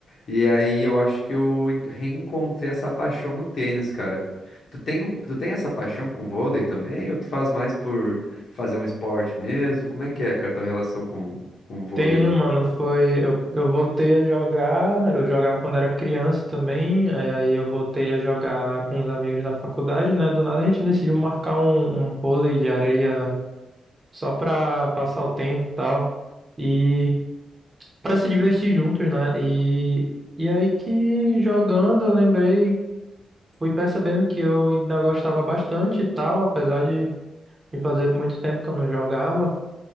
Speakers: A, on the left; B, on the right.
A: E aí eu acho que eu en- reencontrei essa paixão no tênis, cara. Tu tem, um- tu tem essa paixão com vôlei também? Ou tu faz mais por fazer um esporte mesmo? Como é que é, cara, tua relação com, com o vôlei?
B: Tenho,
A: né?
B: mano, foi. Eu, eu voltei a jogar, eu jogava quando era criança também, é, aí eu voltei a jogar com os amigos da faculdade, né? Do nada a gente decidiu marcar um, um vôlei de areia, né? Só pra passar o tempo e tal. E pra se divertir juntos, né? E, e aí que jogando eu lembrei, fui percebendo que eu ainda gostava bastante e tal, apesar de, de fazer muito tempo que eu não jogava.